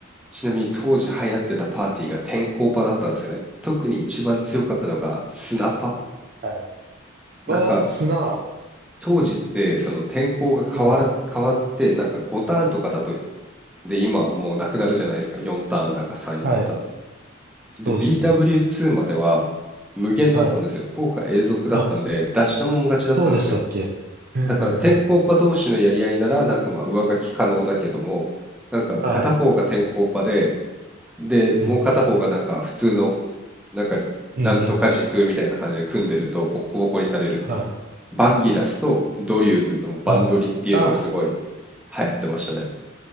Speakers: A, in the centre; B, on the right.
A: ちなみに当時流行ってたパーティーが天候パだったんですよね。特に一番強かったのがスナパ。
B: はい
A: なんか、
B: ああ、砂。は
A: 当時ってその天候が変わら、
B: い。
A: 変わってなんか5ターンとかだとで今はもうなくなるじゃないですか4ターンだか34ター
B: はい。
A: ンで
B: そうですね。
A: BW2 までは無限だったんですよ効果永続だったんで出したもん勝ちだったんですよ
B: はい。あ、そうでしたっけうんうんうん。
A: だから天候パ同士のやり合いならなんかまあ上書き可能だけどもなんか片方が天候パで
B: はい。
A: でもう片方がなんか普通の
B: うん。
A: なんか、
B: うんうん。
A: なんとか軸みたいな感じで組んでると、ボッコボコにされるっていう。
B: はい。
A: バンギラスとドリューズのバンドリっていうのがすごい流
B: はい。あ、
A: 行ってましたね。